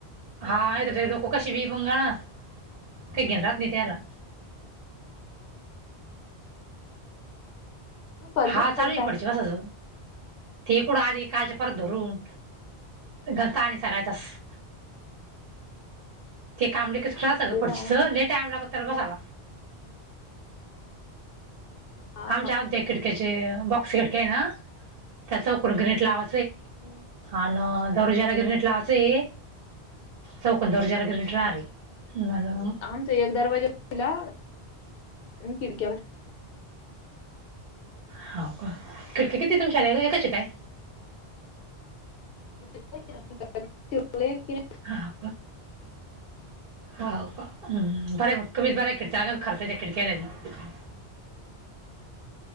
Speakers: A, on the right; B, on the left.
A: हा <unintelligible> लोक कशी बी वंगाळ <unintelligible> त्याला
B: तुम परिचय
A: हा चालूय
B: होईल
A: आहे
B: काय
A: ना पुढच्या वेळेस अजून. ते कुडं आली कालच्या परत धरून. धर तान आहे सगळा तसा ते कामळे लय
B: हा
A: किच <unintelligible>
B: ते तर आहे
A: सगळ
B: म्हणा
A: <unintelligible> लय टाईम लागत तर बसायला
B: हा
A: आमच्या, आमच्या खिडक्याचे बॉक्स खिडक्या आहे ना त्याचा चौकोनी उकडून ग्रेट लावा
B: नाही
A: आण दरवाजला गिरणीट लावायचय. चौकोन दरवाजाला ग्रेनेट राहिले, म्हणून
B: आमचा एक दरवाज ला खिडक्या
A: हाव का खिडकी किती <unintelligible> एकच हाय काय?
B: <inaudible> <unintelligible>
A: हा हा. हाव का हम्म, बर आहे मग तुम्ही बऱ्या खिडक खर्चाच्या खिडक्याला <unintelligible>